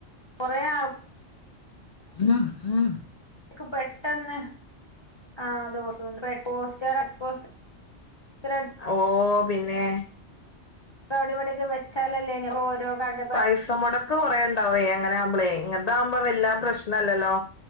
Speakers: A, on the left; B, on the left.
A: കൊറേ ആൾ
B: ആ ആഹ
A: ക്ക് പെട്ടെന്ന് ആഹ് ദോ സൗണ്ട് പെ പോസ്റ്ററെക് പോസ് കരേൺ
B: ഓഹ് പിന്നെ
A: പവിടിവിട്യേക്കെ വെച്ചാലല്ലേനി ഓരോ കൺട
B: പൈസ മൊടക്ക് കൊറേണ്ടാവയേ ങ്ങനെആവുമ്പളേ ഇങ്ങൻത്താവുമ്പോ വെല്ലാ പ്രശ്നല്ലല്ലോ